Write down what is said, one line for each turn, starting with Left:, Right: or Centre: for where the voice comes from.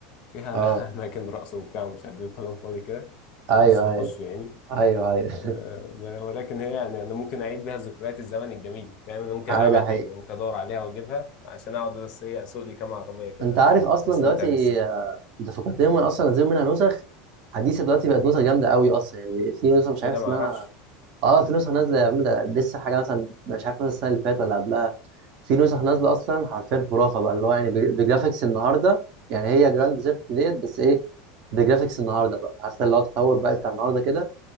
Left: فيها
Right: اه
Left: <laughs> اماكن رقص وبتاع ومش عارف ايه وكلام فاضي كده
Right: ايوه
Left: ما كنتش بخشه
Right: ايوه
Left: يعني
Right: ايوه ايوه <laughs>
Left: آه، ولكن هي يعني انا ممكن اعيد بيها ذكريات الزمن الجميل فاهم انا ممكن
Right: ايوه
Left: العبها
Right: ده
Left: تاني
Right: حقيقي
Left: يعني ممكن ادور عليها واجيبها عشان اقعد بس ايه اسوق لي كام عربيه كده
Right: انت عارف اصلا
Left: واستمتع
Right: دلوقتي
Left: بالسواقه
Right: آه، انت فكرتني هم اصلا نزلوا منها نسخ حديثه دلوقتي بقت نسخ جامده قوي اصلا يعني في نسخه مش عارف
Left: ايه ده
Right: اسمها
Left: ما اعرفش
Right: اه في نسخ نازله يا عم ده لسه حاجه مثلا مش عارف مثلا السنه اللي فاتت ولا قبلها في نسخ نازله اصلا حرفيا خرافه بقى اللي هو يعني بجر- بجرافيكس النهارده يعني هي جراند ثيفت ديت بس ايه بجرافيكس النهارده بقى عارف اللي هو التطور بقى بتاع النهارده كده